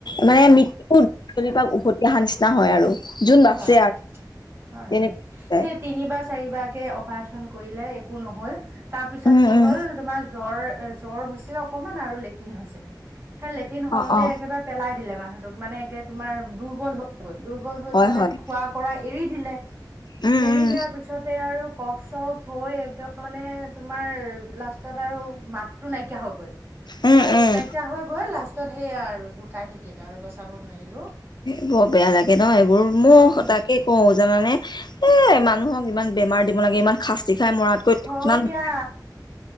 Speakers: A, on the left; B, on the right.
A: মানে
B: হয়
A: মৃত্যুত গলি পা উভতি অহা নিচিনা হয় আৰু। যোন বাচে
B: হয়
A: আৰু
B: হয়
A: তেনেকে
B: হয়
A: যায়
B: সেই তিনিবা চাৰি বাৰকে অপাৰচন কৰিলে, একো নহল তাৰ পিছ
A: উম
B: কিহল
A: উম
B: তোমাৰ জৰ এ জ্বৰ হৈছে অকণমান আৰু লেট্ৰিন হৈছিলে, সেই লেট্ৰিন হওঁতে
A: অ অ
B: একেবাৰে পেলাই দিলে মানুহটোক মানে একে তোমাৰ দুৰ্বল হ'ল। হ'ল, দুৰ্বল হৈ
A: হয়
B: যাওঁতে
A: হয়
B: খোৱা কৰা এৰি দিলে
A: উম
B: এৰি
A: উম
B: দিয়াৰ পিছতে আৰু কফ- চব হৈ একদম মানে তোমাৰ লাষ্টত আৰু মাতটো নাইকিয়া হৈ গ'ল।
A: উম উম
B: নাইকিয়া হৈ গৈ লাষ্টত সেই আৰু ঢুকাই থাকিলে আৰু বচাব নোৱাৰিলো।
A: বৰ বেয়া লাগে ন এইবোৰ মোৰ
B: উম
A: সচাকে কওঁ জানানে এ মানুহক ইমান বেমাৰ দিব লাগে ইমান শাস্তি খাই মৰাতকৈ
B: হয়
A: কিমান
B: দিয়া